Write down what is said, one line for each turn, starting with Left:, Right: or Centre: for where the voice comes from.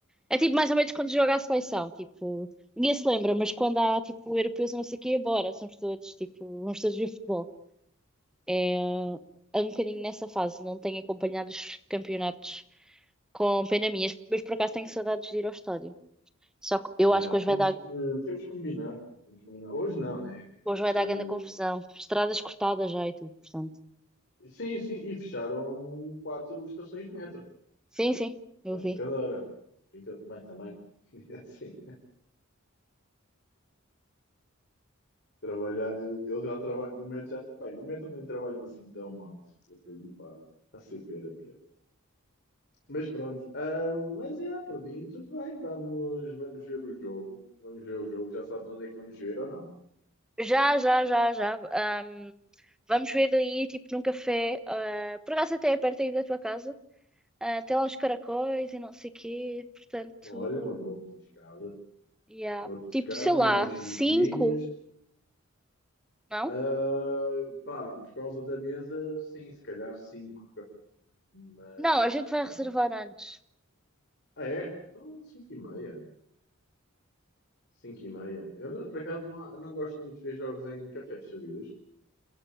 Centre: é tipo mais ou menos quando joga a seleção, tipo, ninguém se lembra, mas quando há tipo europeus e não sei o quê, bora, somos todos, tipo, vamos todos ver futebol. É, é um bocadinho nessa fase, não tenho acompanhado os campeonatos com pena minha, mas por acaso tenho saudades de ir ao estádio. Só que eu
Left: Yeah,
Centre: acho que hoje
Left: temos
Centre: vai dar,
Left: que, temos que combinar. Temos que combinar. Hoje não, né?
Centre: hoje
Left: Mas,
Centre: vai
Left: eh,
Centre: dar grande confusão, estradas cortadas já e tudo, portanto.
Left: Sim, sim, e fecharam quatro estações de metro.
Centre: Sim, sim, eu
Left: Não é
Centre: vi.
Left: brincadeira. Brinca- Bem, também, <laughs> é assim, trabalhar, eu, eu já trabalho, no metro já, tra- bem, no metro nem trabalham assim tão mal. Eu perdi para a CP era pior. Mas pronto, ah, mas é, por mim, tudo bem, vamos, vamos ver o jogo. Vamos ver o jogo, já sabes onde é que vamos ver ou não.
Centre: Já, já, já, já. Ahm, vamos ver aí, tipo, num café, ah, por acaso até é perto aí da tua casa. Ah, tem lá os caracóis e não sei quê, portanto,
Left: Olha, uma boa petiscada,
Centre: yeah.
Left: uma petiscada,
Centre: Tipo, sei lá,
Left: umas cervejinhas,
Centre: cinco, não?
Left: Ah, pá, por causa da mesa, sim, se calhar 5. mas,
Centre: Não, a gente vai
Left: pá.
Centre: reservar antes.
Left: Ah, é? Então, 5 e meia. cinco e meia. Eu, não- por acaso, não, não gosto muito de ver jogos em cafés, sabias?